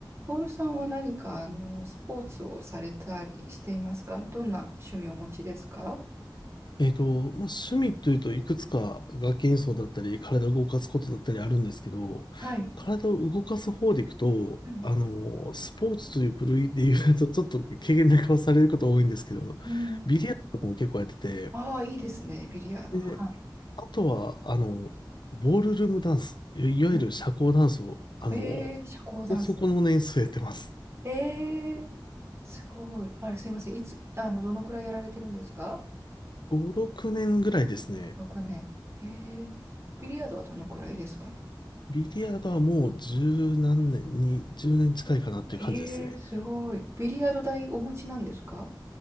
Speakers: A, on the right (about 35°); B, on the left (about 65°).
A: トールさんは何か、あの、スポーツをされたりしていますかどんな趣味をお持ちですか
B: えっと、まあ、趣味というといくつか楽器演奏だったり、体を動かすことだったりあるんですけど、
A: はい。
B: 体を動かす方でいくと、
A: うん、
B: あの、スポーツという部類で言うと、ちょっと軽減な顔されること多いんですけど、
A: うん
B: ビリヤードとかも結構やってて、
A: ああ、いいですね、ビリヤード。
B: で、
A: はい。
B: あとは、あの、ボールルームダンス、いいわゆる社交ダンスを、
A: お
B: あの、
A: えー、社交ダンスで
B: そこの年数やってます。
A: す。えー、すごい。あれ、すいません。いつ、あの、どのくらいやられてるんですか
B: 5、6年ぐらいですね。
A: ?6 年。えー、ビリヤードはどのくらいですかね
B: ビリヤードはもう十何年に、10年近いかなっていう感じですね。
A: えー、すごい。ビリヤード台お持ちなんですか